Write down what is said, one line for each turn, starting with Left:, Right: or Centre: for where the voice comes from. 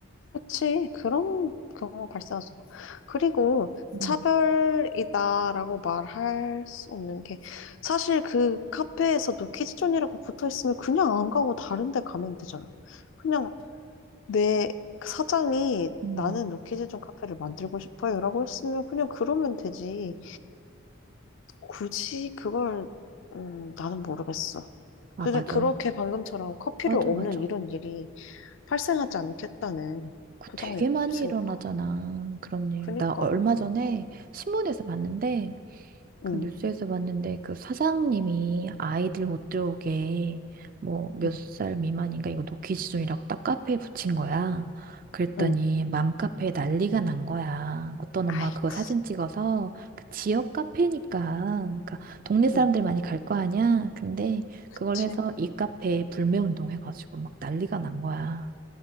Left: 그치. 그런 경우 발생하죠. 그리고
Right: 음,
Left: 차별이다라고 말할 수 없는 게 사실 그 카페에서도 키즈존이라고 붙어 있으면 그냥 안 가고 다른 데 가면 되잖아. 그냥 내 사장이
Right: 음.
Left: 나는 노키즈존 카페를 만들고 싶어요라고 했으면 그냥 그러면 되지. 굳이 그걸, 음, 나는 모르겠어.
Right: 아,
Left: 근데
Right: 맞아.
Left: 그렇게 방금처럼 커피를
Right: 맞아,
Left: 없는
Right: 맞아.
Left: 이런 일이 발생하지 않겠다는
Right: 그
Left: 보장이
Right: 되게 많이
Left: 없으니까.
Right: 일어나잖아. 그런 일.
Left: 그니까.
Right: 나 얼마 전에 신문에서 봤는데 그
Left: 응,
Right: 뉴스에서 봤는데 그 사장님이 아이들 못 들어오게 뭐 몇
Left: 응,
Right: 살 미만인가 이거 노키 지존이라고 딱 카페에 붙인 거야. 그랬더니
Left: 응.
Right: 맘카페에 난리가 난 거야. 어떤
Left: 아이고.
Right: 엄마 그거 사진 찍어서 그 지역 카페니까 그러니까 동네
Left: 응,
Right: 사람들 많이 갈 거 아니야. 근데
Left: 그치?
Right: 그걸 해서 이 카페에 불매운동 해가지고 막 난리가 난 거야.